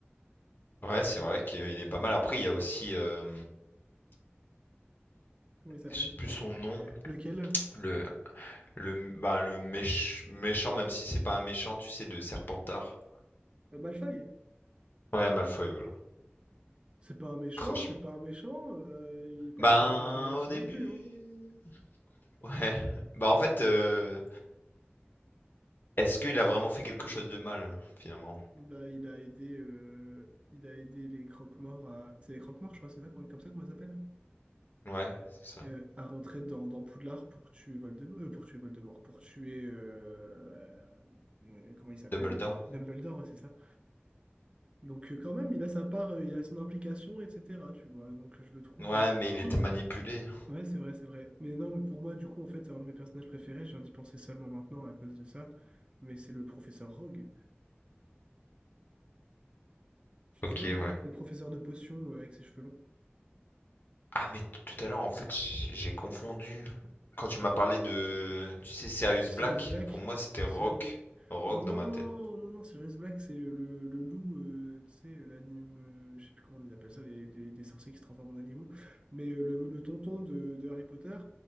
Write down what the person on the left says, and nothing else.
Ouais, c'est vrai qu'il est pas mal. Après il y a aussi, euh,
je sais plus son nom,
le le, bah, le méch- méchant, même si c'est pas un méchant, tu sais, de Serpentard.
Ouais, Malfoy, voilà.
Franchement.
Ben,
au début.
<laughs> Ouais. Bah, en fait, euh, est-ce qu'il a vraiment fait quelque chose de mal, finalement?
Ouais, c'est ça.
Dumbledore.
Ouais,
mais il
était manipulé.
Ok,
ouais.
Ah, mais t- tout à l'heure, en fait, j- j'ai confondu. Quand tu m'as parlé de, tu sais, Sirius
Black,
pour moi, c'était
Rock. Rock
dans ma tête.